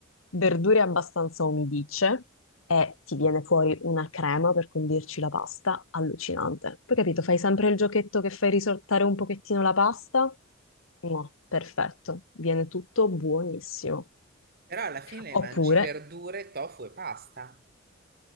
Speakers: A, on the left (about 80°); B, on the right (about 50°).
A: verdure abbastanza umidicce e ti viene fuori una crema per condirci la pasta allucinante. Poi capito, fai sempre il giochetto che fai risottare un pochettino la pasta? No, perfetto, viene tutto buonissimo.
B: Però alla fine
A: Oppure
B: mangi verdure, tofu e pasta.